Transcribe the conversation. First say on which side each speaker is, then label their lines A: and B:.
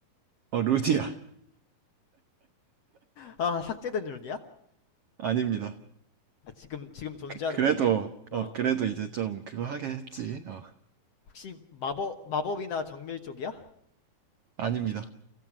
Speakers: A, on the right; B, on the left.
A: 어, 루디야. <laughs>
B: 아 삭제된 룬이야?
A: 아닙니다.
B: 아 지금 지금 존재하는
A: 그, 그래도,
B: 룬이야? 어
A: 어, 그래도 이제 좀 그거 하게 했지. 어,
B: 혹시 마법 마법이나 정밀 쪽이야?
A: 아닙니다.